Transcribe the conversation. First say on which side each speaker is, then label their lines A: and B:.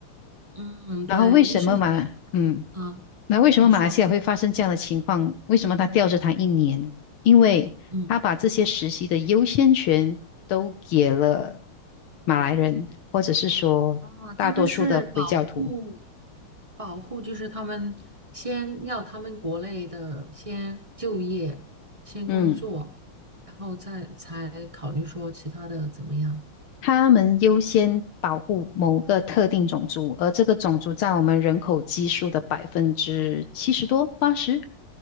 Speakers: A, on the right; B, on the left.
A: 嗯，
B: 然后为什么嘛？
A: 对，医生的话
B: 嗯。
A: 啊，
B: 那为什么马来西亚会发生这样的情况？
A: 你说，
B: 为什么他吊着他一年？因为他把这些实习的优先权都给了
A: 嗯，
B: 马来人，或者是说大多数的回教徒。
A: 啊，他们是保护保护，就是他们先要他们国内的先就业，先工作，
B: 嗯，
A: 然后再才考虑说其他的怎么样。
B: 他们优先保护某个特定种族，而这个种族占我们人口基数的百分之七十多、八十。